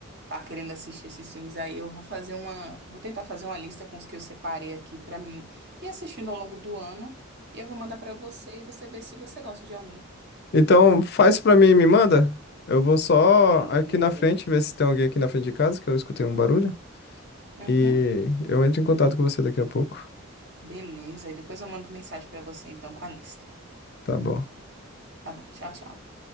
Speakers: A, on the right; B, on the left.
A: tá querendo assistir esses filmes aí, eu vou fazer uma, vou tentar fazer uma lista com os que eu separei aqui pra mim e assistindo ao longo do ano, e eu vou mandar pra você e você vê se você gosta de algum.
B: Então, faz pra mim e me manda. Eu vou só
A: Beleza.
B: aqui na frente ver se tem alguém aqui na frente de casa, que eu escutei um barulho.
A: Uhum.
B: E eu entro em contato com você daqui a pouco.
A: Beleza, e depois eu mando mensagem pra você então com a lista.
B: Tá bom.
A: Tá bom, tchau, tchau.